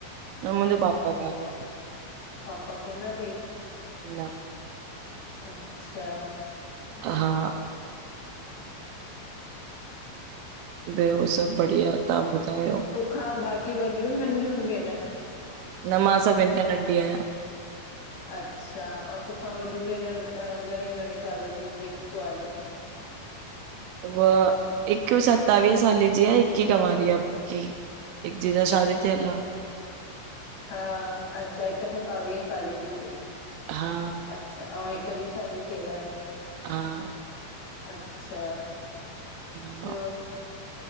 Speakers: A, on the right (about 85°); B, on the left (about 70°).
A: न मुंहिंजो पापा कान्हे
B: पापा कोन तई
A: न न
B: अच्छा ॿियो
A: हा ॿयो सभ बढ़िया तव्हां ॿुधायो
B: तोखा बाक़ी वॾियूं नंढियुन भेनर
A: न मां सभिन खां नंढी आहियां
B: अच्छा ऐं तोखां वॾियूं भेनर घणे घणे साल जीूं जेकी कुआरियूं आहिन
A: ब हिक सतावीह साले जी आ हिक कवारी आ बाक़ी हिक जगह शादी थियल आ
B: हा अच्छा हिक सतावीह साले जी तई
A: हा
B: अच्छा अउ हिक जी शादी थियल आहे
A: हा
B: अच्छा
A: हा
B: ॿियो